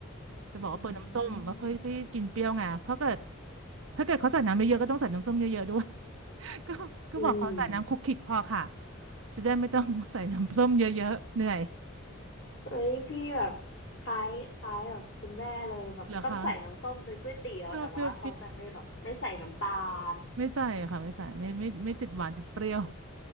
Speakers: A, on the right (about 70°); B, on the left (about 60°).
A: จะบอกว่าเปิดน้ำส้มมาเพื่อพี่กินเปรี้ยวไงเพราะเกิด
B: อืม
A: ถ้าเกิดเขาใส่น้ำเยอะๆก็ต้องใส่น้ำส้มเยอะๆด้วย <laughs> ก็ก็บอกเขาใส่น้ำคลุกคลิกพอค่ะ
B: อืม
A: จะได้ไม่ต้องใส่น้ำส้มเยอะๆเหนื่อย
B: เอ้ยพี่แบบคล้ายคล้ายแบบคุณแม่เลยแบบต้องใส่น้ำส้มในก๋วยเตี๋ยวแต่ว่าเขาจะไม่แบบไม่ใส่น้ำตาล
A: เหรอคะชอบเปรี้ยวๆ <laughs> ไม่ใส่ค่ะไม่ใส่ไม่ไม่ไม่ติดหวานติดเปรี้ยว